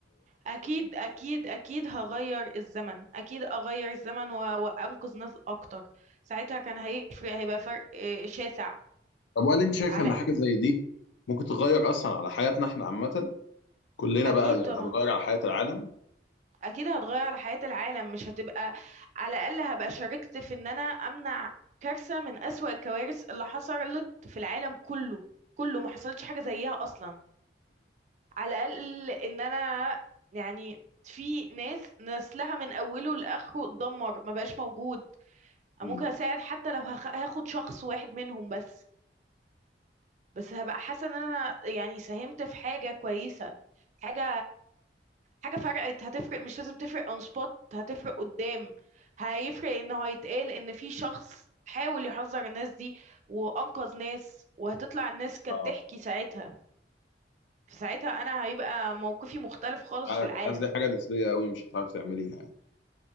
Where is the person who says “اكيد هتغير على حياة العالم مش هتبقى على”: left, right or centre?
Right